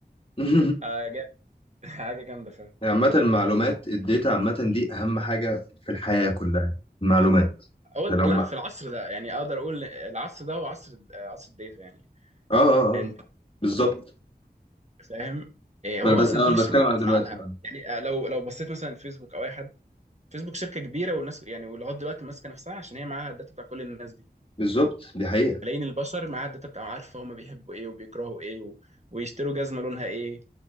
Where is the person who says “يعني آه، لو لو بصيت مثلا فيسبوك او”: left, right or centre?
Right